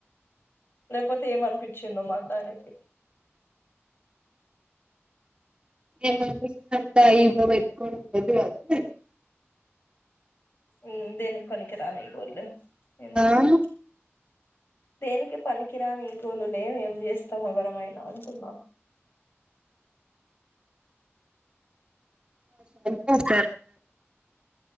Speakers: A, on the left; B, on the right.
A: లేపోతే ఏమనిపిచ్చిందో మళ్ళా ఆయనకి.
B: ఏమనిపిస్తాద <inaudible> ఈగో పెట్టుకో <unintelligible>
A: ఉమ్ దేనికీ పనికిరాని ఈగోలు లే ఏం చేస్తం
B: ఆ
A: దేనికీ పనికిరాని ఈగోలు లే ఏం చేస్తాం ఎవరమైనా అంటున్నా
B: <unintelligible>